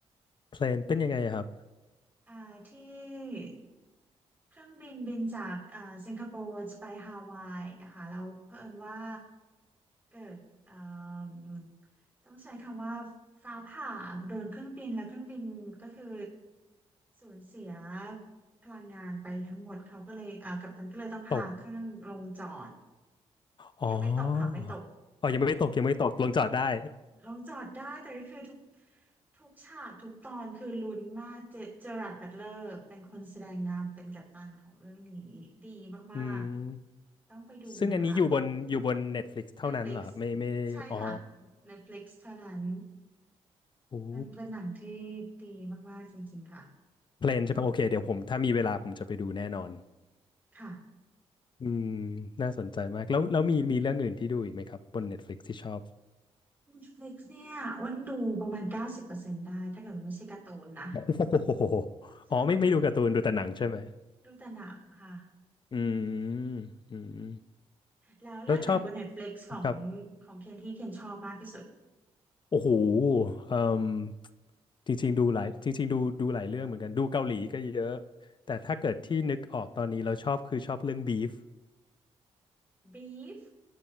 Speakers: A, on the left; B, on the right.
A: เพลนเป็นยังไงอะครับ
B: อ่าที่เครื่องบินบินจากอ่าสิงคโปร์จะไปฮาวายนะคะแล้วเผอิญว่าเกิดอ่ามต้องใช้คำว่าฟ้าผ่าโดนเครื่องบินแล้วเครื่องบินก็คือสูญเสียพลังงานไปทั้งหมดเขาก็เลยอ่ากัปตันก็เลยต้องพาเครื่องลงจอด
A: ตกอ๋อ
B: ยังไม่ตกค่ะไม่ตก
A: อ๋อยังไม่ตกยังไม่ตกลงจอดได้
B: ลงจอดได้แต่ก็คือทุกทุกฉากทุกตอนคือลุ้นมากเจเจอราร์ดบัตเลอร์เป็นคนแสดงนำเป็นกัปตันของเรื่องนี้ดีมากๆต้องไปดูนะคะ
A: อืมซึ่งอันนี้อยู่บนอยู่บน Netflix เท่านั้นเหรอครับไม่ไม่อ๋อ
B: Netflix ใช่ค่ะ Netflix เท่านั้น
A: โอ้
B: เป็นเป็นหนังที่ดีมากๆจริงๆค่ะ
A: เพลนใช่ปะโอเคเดี๋ยวผมถ้ามีเวลาผมจะไปดูแน่นอน
B: ค่ะ
A: อืมน่าสนใจมากแล้วแล้วมีมีเรื่องอื่นที่ดูอีกไหมครับบน Netflix ที่ชอบ
B: Netflix เนี่ยอ้วนดูประมาณ90%ได้ถ้าเกิดมันไม่ใช่การ์ตูนนะ
A: <laughs> โอ้โห
B: ใช่
A: อ๋อไม่ไม่ดูการ์ตูนดูแต่หนังใช่ไหม
B: ดูแต่หนังค่ะ
A: อืมอืม
B: แล้วเรื่องไหนบน
A: แล้วชอบ
B: Netflix ของ
A: ครับ
B: ของเคนที่เคนชอบมากที่สุด
A: โอ้โหเอ่มจริงๆดูหลายจริงๆดูดูหลายเรื่องเหมือนกันดูเกาหลีก็เยอะแต่ถ้าเกิดที่นึกออกตอนนี้เราชอบคือชอบเรื่องบีฟ
B: บีฟ